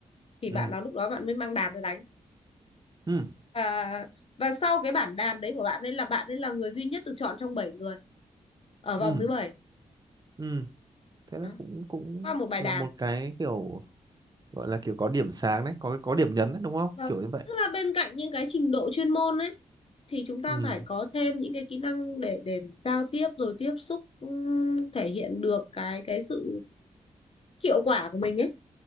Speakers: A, on the left (about 45°); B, on the right (about 30°).
A: thì bạn
B: ừ
A: nào lúc đó bạn mới mang đàn ra đánh
B: ừ
A: và và sau cái bản đàn đấy của bạn ấy là bạn ấy là người duy nhất được chọn trong 7 người ở vòng
B: ừ
A: thứ bảy
B: ừ thế là
A: Đó.
B: cũng cũng
A: qua một bài
B: là
A: đàn
B: một cái kiểu gọi là kiểu có điểm sáng đấy có có điểm nhấn đấy, đúng không
A: và
B: kiểu như vậy
A: tức là bên cạnh những cái trình độ chuyên môn ấy thì chúng ta
B: ừ.
A: phải có thêm những cái kỹ năng để để giao tiếp rồi tiếp xúc ừm, thể hiện được cái cái sự hiệu quả của mình ấy